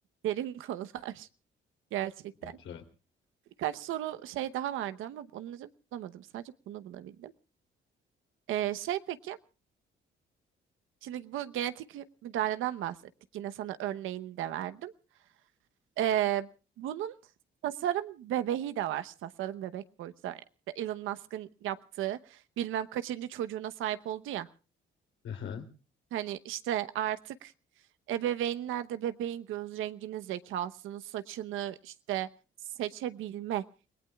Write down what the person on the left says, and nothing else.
Evet, evet.
Aha.